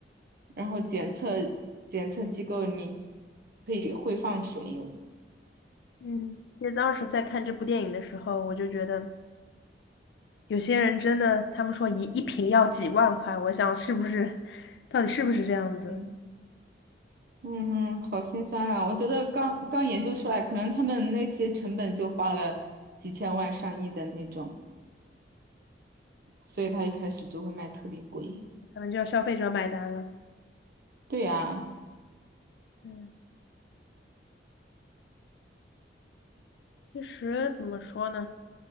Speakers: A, on the right; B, on the left.
A: 然后检测检测机构你可以会放水，有的。
B: 嗯，其实当时在看这部电影的时候，我就觉得有些人真的，他们说一一瓶要几万块，我想是不是，到底是不是这样子？
A: 嗯嗯，好心酸啊！我觉得刚刚研究出来，可能他们那些成本就花了几千万、上亿的那种，所以他一开始就会卖特别贵。
B: 可能就要消费者买单了。
A: 对呀，
B: 嗯，其实怎么说呢？